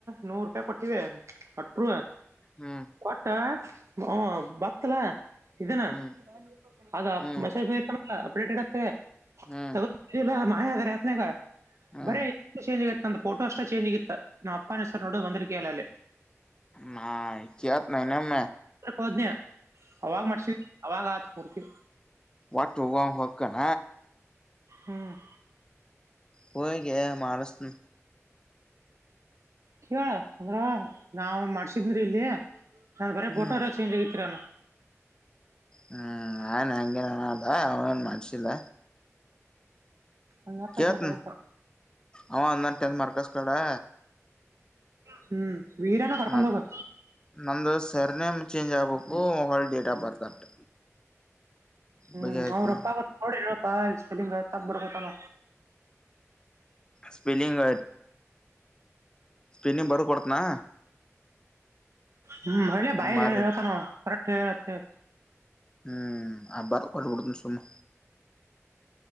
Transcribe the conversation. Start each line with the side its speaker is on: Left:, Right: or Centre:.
Right: ನೂರು ರೂಪಾಯಿ ಕೊಟ್ಟೀವೀ ಅಟ್ರೂ
Left: ಹ್ಮ್
Right: ಕೊಟ್ಟ ಹ ಬತ್ತಲಾ ಇದನಾ
Left: ಹ್ಮ್
Right: ಆ
Left: ಹ್ಮ್
Right: ಮತ್ತ ಅಪ್ಡೇಟ್ ಇ
Left: ಹ್ಮ್
Right: ತಗ ಮಾಯ ಅದ ರ ಅನಗ
Left: ಹ್ಮ್
Right: ಬರ ಚೇಂಜ ಆಗಿ ನ ಫೋಟೋ ಅಷ್ಟ ಚೇಂ ಆಗಿತ್ತ ನಾ ಅಪ್ಪ ಹೆ ಸ ನೋಡಿ ಬಂದಿಕ್ಕೆಲ್ಲ ಅಲ್ಲಿ
Left: ನ ಕತ ನ ನ ಮ
Right: ಹೋದ್ನ ಅವಾಗ ಮಾಡ್ಸಿದ ಅವಾಗ ಆತ ಮೂರ್ತಿ
Left: ಒಟ್ ಹೋಗ ಹಕ್ಕಣ
Right: ಹ್ಮ್
Left: ಹಯಗ ಮಾರಸ್ನು
Right: ಕೇಳ ಅಂದ್ರ ನಾವ ಮಾಡಸಿದ್ರಿ ಇಲ್ಲಿ ನ ಬರ
Left: ಹ್ಮ್
Right: ಬೋಟೋರ ಚಂಜ್ ಆಗಿರಾ
Left: ಹ್ಮ್ ಆನ್ ಅಂಗ ಅಾ ಅವನನು ಮನಸಿಲ್ಲ
Right: ಹಂಗಾಕತ್
Left: ಕತ್
Right: ಮತ್ತ ಅದಕ್ಕ
Left: ಅವ ಅಂದಾನಟೆ ಮಾರ್ಕಸ್ ಕಡೆ
Right: ಹ್ಮ್ ವೀರನ ಕರ್ಕೊಂಡ್
Left: ನ
Right: ಹೋಗ
Left: ನಂದು ಸರ್ ನೇಮ್ ಚೇಂಜ್ ಆಗ್ಬೇಕು ಮೊಬಲ್ ಡೇಟ್ ಆಫ್ ಬರ್ತ್ ಅಟ್
Right: ಹ್ಮ್
Left: ಬಗೆ ಆಯ್ತ್
Right: ಅವ್ರಪ್ಪ
Left: ನೋಡ್
Right: ಬ ಸ್ಪಲಿಂಗ್ ತಗಬರ್ಕೊತಾನ
Left: ಸ್ಪಿಲ್ಲಿಂಗ್ ಸ್ಪಿಲ್ಲಿಂಗ್ ಬರ್ ಕೊಡತನಾ
Right: ಹ್ಮ್ ಮಳ್ಳಿ ಬಾಯ
Left: ಮಾಡ್ರಿ
Right: ಹೇಳ ಹೇಳ್ತಾನ ಕರೆಕ್ಟ್ ಹೇಳ
Left: ಹ್ಮ್ ಅಬರ್ ಕೊಳಬಡ್ನ ಸುಮ್ಮ